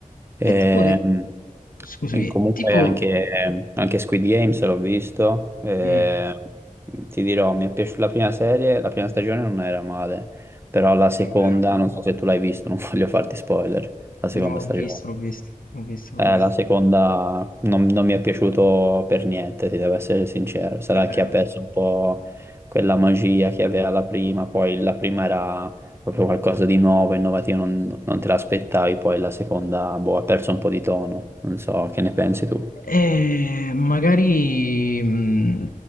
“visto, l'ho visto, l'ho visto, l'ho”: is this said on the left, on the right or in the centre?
Left